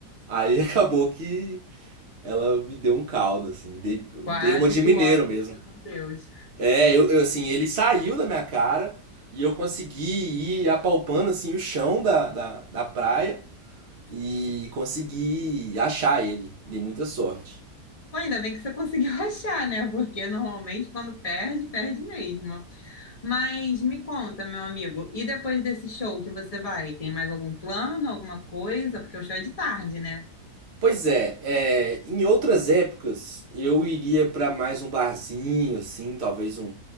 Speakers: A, on the right (about 45°); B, on the left (about 25°).
A: Aí <laughs> acabou que ela me deu um caldo, assim, dei,
B: Quase
A: dei uma de
B: que
A: mineiro
B: o óculos
A: mesmo.
B: foi com Deus.
A: É, eu, eu, assim, ele saiu da minha cara e eu consegui ir apalpando, assim, o chão da, da, da praia e consegui achar ele. Dei muita sorte.
B: Pô, Ainda bem que você conseguiu <laughs> achar, né? Porque normalmente quando perde, perde mesmo. Mas me conta, meu amigo, e depois desse show que você vai, tem mais algum plano, alguma coisa? Porque o show é de tarde, né?
A: Pois é, é, em outras épocas eu iria pra mais um barzinho, assim, talvez um,